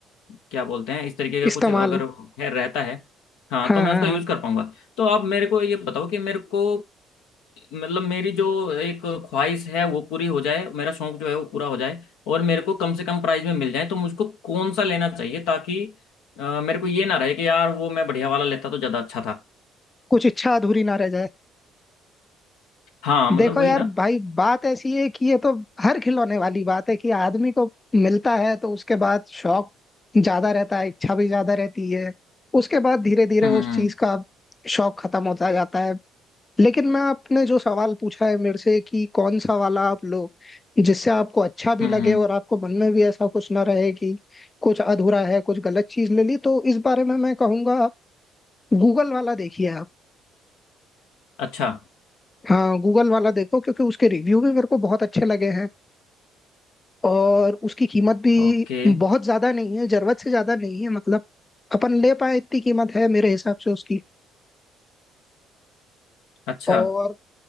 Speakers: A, on the left (about 75°); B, on the left (about 25°).
A: क्या बोलते हैं इस तरीके का कुछ
B: इस्तेमाल
A: अगर है रहता है हाँ
B: हाँ
A: तो मैं
B: हाँ
A: उसका
B: हाँ
A: यूज़ कर पाऊंगा तो आप मेरे को ये बताओ कि मेरे को मतलब मेरी जो एक ख्वाहिश है वो पूरी हो जाए मेरा शौक जो है वो पूरा हो जाए और मेरे को कम से कम प्राइस में मिल जाए तो मुझको कौन सा लेना चाहिए ताकि अ, मेरे को ये ना रहे कि यार वो मैं बढ़िया वाला लेता तो ज़्यादा अच्छा था
B: कुछ इच्छा अधूरी ना रह जाए
A: हाँ मतलब
B: देखो
A: वही
B: यार
A: ना
B: भाई बात ऐसी है कि ये तो हर खिलौने वाली बात है कि आदमी को मिलता है तो उसके बाद शौक ज्यादा रहता है इच्छा भी ज्यादा रहती है उसके बाद धीरे धीरे
A: हम्म
B: उस
A: हम्म
B: चीज का शौक खत्म होता जाता है लेकिन मैं आपने जो सवाल पूछा है मेरे से कि कौन सा वाला आप लो जिससे आपको अच्छा भी
A: हम्म
B: लगे
A: हम्म,
B: और आपको मन में भी ऐसा कुछ ना रहे कि कुछ अधूरा है कुछ गलत चीज ले ली तो इस बारे में मैं कहूंगा आप गूगल वाला देखिए आप
A: अच्छा
B: हाँ गूगल वाला देखो क्योंकि उसके रिव्यू भी मेरे को बहुत अच्छे लगे हैं और उसकी कीमत भी
A: ओके
B: बहुत ज्यादा नहीं है जरूरत से ज्यादा नहीं है मतलब अपन ले पाए इतनी कीमत है मेरे हिसाब से उसकी
A: अच्छा
B: और